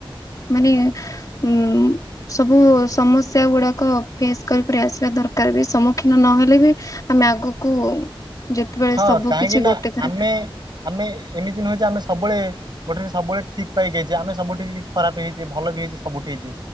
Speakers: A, on the left; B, on the right.
A: ମାନେ ଉଁ ସବୁ ସମସ୍ୟା ଗୁଡାକ ଫେସ୍ କରିିକରି ଆସିବା ଦରକାର ଦରକାର ବି ସମ୍ମୁଖୀନ ନହେଲେ ବି ଆମେ ଆଗକୁ ଯେତେବେଳେ
B: ହଁ
A: ସବୁ
B: କାହିଁକି
A: କିଛି
B: ନା
A: ଗୋଟେ ଥର
B: ଆମେ ଆମେ ଏମିତି ନହଉ ଯେ ଆମେ ସବୁବେଳେ ଗୋଟେ ସବୁବେଳେ ଠିକ ପାଇକି ହେଇେ ଆମେ ସବୁଠି ବି ଖରାପ ହେଇଛେ, ଭଲ ବି ହେଇଛେ ସବୁଠି ହେଇଛେ